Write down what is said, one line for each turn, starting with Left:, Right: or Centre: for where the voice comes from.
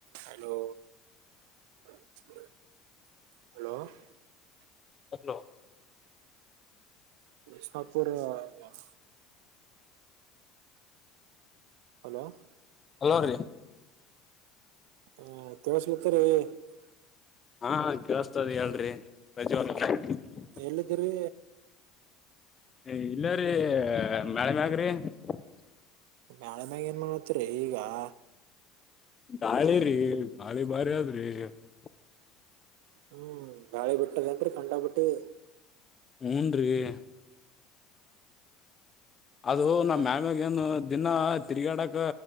Right: ಹಲೋ? <unintelligible> ಹಲೋ? <unintelligible>
Left: ಹಲೋ? <unintelligible>
Right: ಸಾಪುರ? <unintelligible> Hello? <unintelligible>
Left: Hello ರೀ <unintelligible>
Right: ಹೂ ಕೇಳಸ್ತಿರಿ. <unintelligible>
Left: ಹಾ ಹ ಕೇಳಸ್ತದ ಹೇಳ್ರಿ ರಜವಾಲ <unintelligible>
Right: ಎಲ್ಲಿದ್ದೀರಿ
Left: ಏ ಇಲ್ಲರೀ ಮ್ಯಾಳ್ ಮ್ಯಾಗರಿ. <unintelligible>
Right: ಮ್ಯಾಳ್ ಮ್ಯಾಗ ಏನ್ ಮಾಡತ್ರಿ ಈಗ? <unintelligible>
Left: ಗಾಳಿ ರೀ ಗಾಳಿ ಬಾರಿ ಅದದ್ರಿ. <unintelligible>
Right: ಹೂ ಗಾಳಿ ಬಿಟ್ಟಾದ ಏನ್ರಿ ಕಂಡಾ ಪಟ್ಟಿ. <unintelligible>
Left: ಹೂ ಅನ್ ರೀ <unintelligible> ಅದು ನಮ್ಮ
Right: ಮತ್
Left: ಮ್ಯಾಮ್ಯಾಗ ಏನು? <unintelligible> ದಿನ್ನ ತಿರ್ಗಾಡಕ್